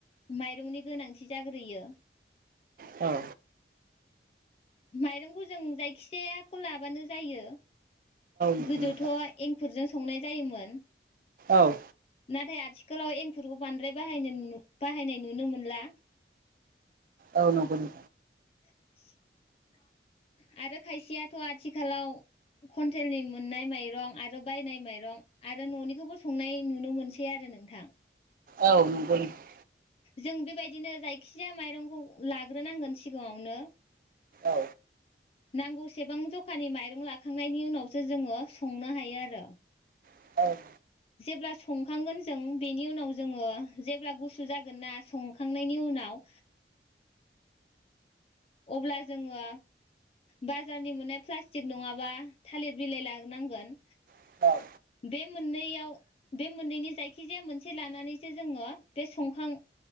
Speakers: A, on the left; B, on the right.
A: माइरंनि गोनांथि जाग्रोयो।
B: औ
A: माइरंखौ जों जायखिजायाखौ लाबानो जायो।
B: नंगौ
A: गोदोथ'
B: नोंथां
A: एंखुरजों संनाय जायोमोन।
B: औ
A: नाथाय आ आथिखालाव एंखुरखौ बांद्राय बाहाय बाहायनाय नुनो मोनला।
B: औ नंगौ नों
A: <unintelligible> आरो खायसेयाथ' आथिखालाव कुन्टेलनि मोननाय माइरं आरो बायनाय माइरं आरो न'निखौबो संनाय नुनो मोनसै आरो नोंथां।
B: औ नंगौ नोंथां
A: जों बेबायदिनो जायखिजाया माइरंखौ लाग्रोनांगोन सिगाङावनो।
B: औ
A: नांगौसेबां जखानि माइरं लाखांनायनि उनावसो जोङो संनो हायो आरो।
B: औ
A: जेब्ला संखांगोन जों बेनि उनाव जोङो जेब्ला गुसु जागोन ना संखांनायनि उनाव अब्ला जोङो बाजारनि मोननाय प्लास्टिक नङाबा थालिर बिलाइ लानांगोन।
B: औ
A: बे मोननैयाव बे मोननैनि जायखिजाया मोनसे लानानैसो जोङो बे सखां